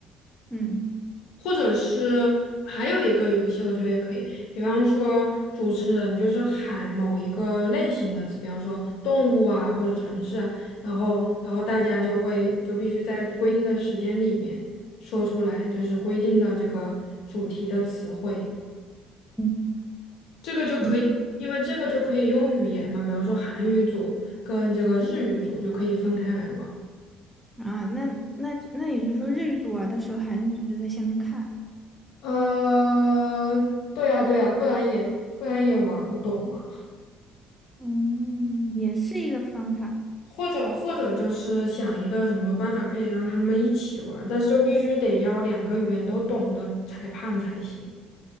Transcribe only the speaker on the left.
或者是还有一个游戏，我觉得也可以，比方说主持人就是喊某一个类型的词，比方说动物啊或者城市啊然后然后大家就会就必须在规定的时间里面说出来，就是规定的这个主题的词汇。
这个就
因为这个就可以用语言嘛，比方说韩语组跟这个日语组就可以分开来玩儿。
呃，对呀对呀，不然也不然也玩儿不懂嘛。
或者或者就是想一个什么办法可以让他们一起玩儿，但是就必须得要两个语言都懂的裁判才行。